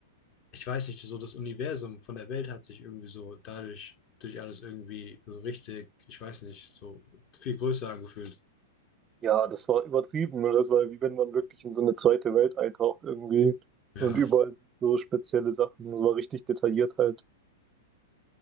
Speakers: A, on the left (about 40°); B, on the right (about 25°).
A: ich weiß nicht, so das Universum von der Welt hat sich irgendwie so dadurch, durch alles irgendwie so richtig, ich weiß nicht, so viel größer angefühlt.
B: Ja, das war übertrieben. ne? Das war wie wenn man wirklich in so eine zweite Welt eintaucht irgendwie
A: Ja.
B: und überall so spezielle Sachen. Das war richtig detailliert halt.